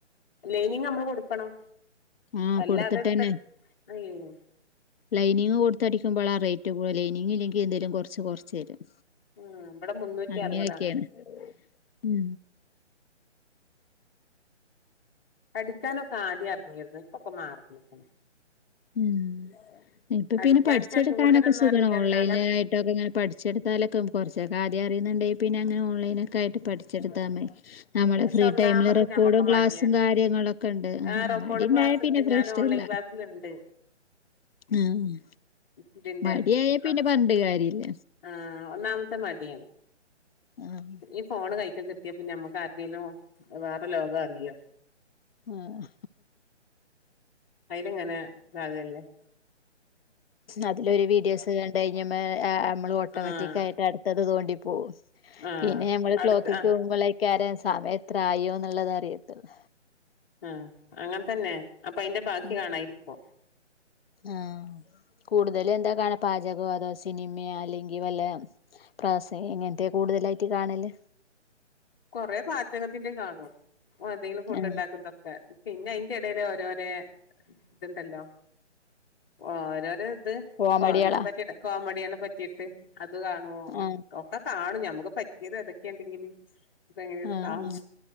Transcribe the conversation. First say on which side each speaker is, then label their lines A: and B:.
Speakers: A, on the left; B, on the left.
A: ലൈനിംഗ് നമ്മൾ കൊടുക്കണം
B: ആഹ്
A: അല്ല
B: കൊടുത്തിട്ടന്നെ
A: അതത്ത <unintelligible>
B: ലൈനിങ് കൊടുത്ത് അടിക്കുമ്പോൾ ആ റേറ്റ് കൂടൽ ലൈനിംഗില്ലെങ്കിൽ എന്തേലും കുറച്ച് കുറച്ച് തരും
A: ഉം ഇവിടെ മുന്നൂറ്റി
B: അങ്ങനൊക്കെയാണ്
A: അറുപതാണ്
B: ഉം
A: അടിക്കാനൊക്കെ ആദ്യം അറിഞ്ഞിരുന്നു ഇപ്പൊക്കെ മാറന്ന് ട്ടോ
B: ഉം ഇപ്പൊ
A: പഠിക്കാൻച്ചാ
B: പിന്നെ പഠിച്ചെടുക്കാനൊക്കെ
A: കൂടുതലൊന്നും
B: സുഖാണ്
A: അറിയില്ല
B: ഓൺലൈനിലായി
A: എന്നാല
B: ട്ടൊക്കെ അങ്ങനെ പഠിച്ചെടുത്താലൊക്കെ കുറച്ചൊക്കെ ആദ്യം അറിയുന്നുണ്ടെങ്കിൽ പിന്നെ അങ്ങനെ ഓൺലൈനൊക്കെ ആയിട്ട് പഠി- ച്ചെടുത്താമതി
A: ഉം
B: നമ്മളെ
A: പക്ഷെ
B: ഫ്രീ
A: ഒന്നാമത്തെ
B: ടൈമില് റെക്കോർഡും
A: ഞമ്മക്ക് മടിയാണ്
B: ക്ലാസ്സും കാര്യങ്ങളൊക്കെ ഉണ്ട് ആഹ്
A: ആ റെക്കോർഡ്
B: അടീണ്ടായ
A: ക്ലാസ്
B: പിന്നെ
A: ഉണ്ട്
B: പ്രശ്നല്ല
A: ഞാൻ ഓൺലൈൻ ക്ലാസ്സിലുണ്ട്
B: ആഹ്
A: ഇതിന്റെ
B: മടിയായാ പിന്നെ
A: ആഹ്
B: പറഞ്ഞിട്ടു കാര്യല്ല
A: ആഹ് ഒന്നാമത്തെ മടിയാണ്
B: ആഹ്
A: ഈ ഫോണ് കഴിൽക്ക- കിട്ടിയാ പിന്നെ ഞമ്മക്ക് ആർക്കെങ്കിലും വേറെ ലോകം അറിയോ
B: ആഹ്
A: അയിലങ്ങനെ <unintelligible>
B: അതിലൊരു വീഡിയോസ് കണ്ട് ഡെനിമേ നമ്മള് ഓട്ടോമാറ്റിക്ക്
A: ആഹ്
B: ആയിട്ട് അടു -ത്തതു തോണ്ടി പോകും
A: ആഹ്
B: പിന്നെ ഞമ്മള്
A: അടുത്ത
B: ക്ലോക്കിൽക്-
A: ആഹ്
B: പോകുമ്പോ കാര സമയം എത്ര ആയിയോ എന്നുള്ളത് അറിയത്തുള്ളൂ
A: ആഹ് അങ്ങനെ തന്നെ അപ്പൊ അയിന്റെ ബാക്കി
B: ഉം
A: കാണാനിരിക്കും
B: ആഹ് കൂടുതലും എന്താ കാണ പാചകോ അതോ സിനിമയോ അല്ലെങ്കിൽ വല്ല കാസെയ് എങ്ങനത്തെയാ കൂടുതലായിറ്റ് കാണല്
A: കൊറേ പാചകത്തിന്റെ കാണും എന്തെങ്കിലും ഫുഡ്
B: ആഹ്
A: ഉണ്ടാക്കുന്നതൊക്കെ പിന്നെ അയിന്റെ ഇടേൽ ഓരോരെ ഇതുണ്ടല്ലോ ഓരോര ഇത്
B: കോമഡികളാ
A: അ അതിനെ പറ്റിട്ട് കോമഡിയിനെ പറ്റിട്ട് അത് കാണും
B: ആഹ്
A: ഒക്കെ കാണും നമ്മുക്ക് പറ്റിയത് എതൊക്കെയെ ഉണ്ടെങ്കില് ഇപ്പ അങ്ങനെയൊക്കെ
B: ആഹ്
A: കാണും